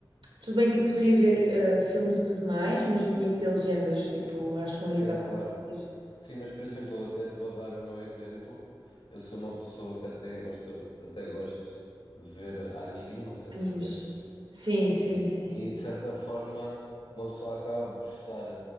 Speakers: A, on the right; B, on the left.
A: Tudo bem que eu poderia ver ah, filmes e tudo mais, mas eu tinha que ter legendas. Tipo, acho que não ia
B: Sim,
A: estar a
B: claro.
A: conseguir.
B: Sim, mas por exemplo, eu até te vou dar o meu exemplo. Eu sou uma pessoa que até gosta, até gosto de ver anime, não sei se
A: Animes.
B: conheces.
A: Sim,
B: Sim,
A: sim, sim.
B: e de certa forma uma pessoa acaba por estar